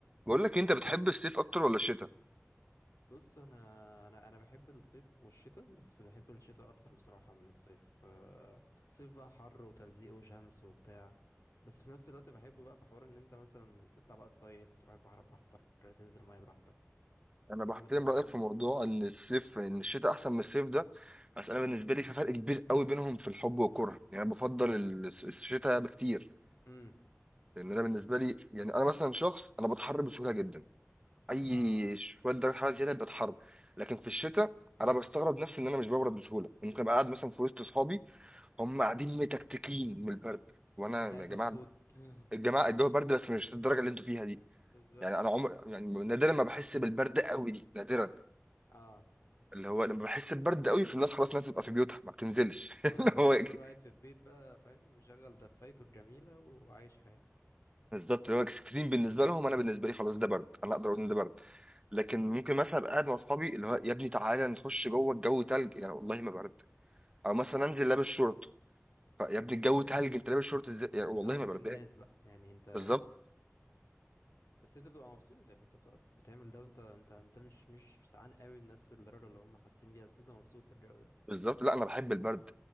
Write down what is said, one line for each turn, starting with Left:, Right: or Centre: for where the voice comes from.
Right: بقول لك إيه، انت بتحب الصيف اكتر ولا الشتاء
Left: بص انا انا انا بحب الصيف والشتاء بس بحب الشتاء اكتر بصراحه من الصيف آه، صيف بقى حر وتلزيق وشمس وبتاع بس في نفس الوقت بحبه بقى في حوار ان انت مثلا تطلع بقى تصيف تروح البحر براحتك تنزل ميه براحتك
Right: انا
Left: الكلام
Right: بحترم
Left: ده كله
Right: رايك في موضوع ان الصيف ان الشتاء احسن من الصيف ده بس انا بالنسبه لي في فرق كبير قوي بينهم في الحب والكره يعني انا بفضل ال- الشتاء بكتير
Left: امم
Right: لان انا بالنسبه لي يعني انا مثلا شخص انا بتحر بسهوله جدا اي
Left: اه
Right: شويه درجه حراره زياده بتحر لكن في الشتاء انا بستغرب نفسي ان انا مش ببرد بسهوله ممكن ابقى قاعد مثلا في وسط اصحابي هم قاعدين متكتكين من البرد وانا
Left: وانت قاعد
Right: يا جماعه
Left: مبسوط <laughs>
Right: الجماعه الجو برد بس مش الدرجه اللي انتوا فيها دي
Left: بالظبط
Right: يعني انا عمر يعني نادرا ما بحس بالبرد قوي دي نادرا
Left: اه
Right: اللي هو لما بحس ببرد قوي في الناس خلاص الناس بتبقى في بيوتها ما بتنزلش
Left: ما
Right: <laughs>
Left: ده
Right: اللي
Left: خلاص
Right: هو إك-
Left: كله قاعد في البيت بقى فاهم مشغل دفايته الجميله وعايش حياته
Right: بالظبط اللي هو اكستريم بالنسبه لهم انا بالنسبه لي خلاص ده برد انا اقدر اقول ان ده برد لكن ممكن مثلا ابقى قاعد مع اصحابي اللي هو يا ابني تعالى نخش جوه الجو تلج يعني والله ما برد او مثلا انزل لابس شورت ف- يا ابني الجو تلج انت لابس شورت ازاي يعني
Left: ده,
Right: والله
Left: ده عكس
Right: ما بردان
Left: الناس بقى يعني انت
Right: بالظبط
Left: بس انت بتبقى مبسوط يعني انت بتبقى بتعمل ده وانت انت انت مش مش سعان قوي بنفس الدرجة اللي هم حاسين بيها بس انت مبسوط بالجو ده
Right: بالظبط لا انا بحب البرد